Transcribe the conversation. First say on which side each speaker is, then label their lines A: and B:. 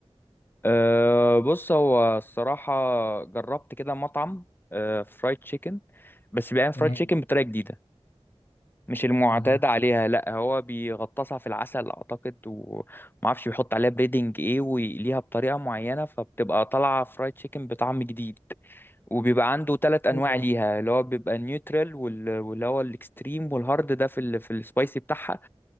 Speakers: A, on the left (about 20°); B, on the left (about 60°).
A: آه، بص هو الصراحة جربت كده مطعم آه فرايد تشيكن بس بيعمل فرايد
B: تمام
A: تشيكن بطريقة جديدة مش المعتاد
B: يعني-
A: عليها لا هو بيغطسها في العسل اعتقد ومعرفش بيحط عليها بريدنج ايه ويقليها بطريقة معينة فبتبقى طالعة فرايد تشيكن بطعم جديد وبيبقى عنده ثلاث انواع
B: ايوه
A: ليها اللي هو بيبقى النيوترال وال- واللي هو الاكستريم والهارد ده في ال... في السبايسي بتاعها